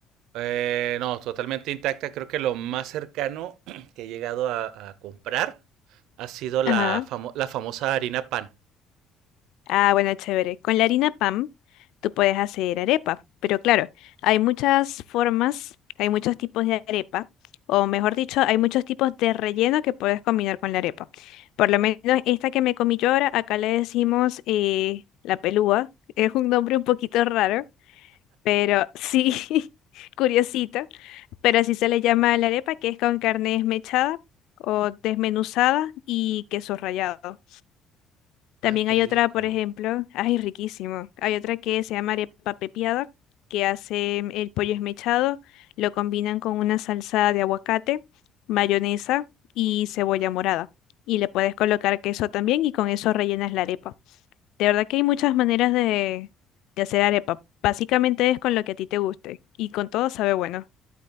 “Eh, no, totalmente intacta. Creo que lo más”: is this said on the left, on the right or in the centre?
Right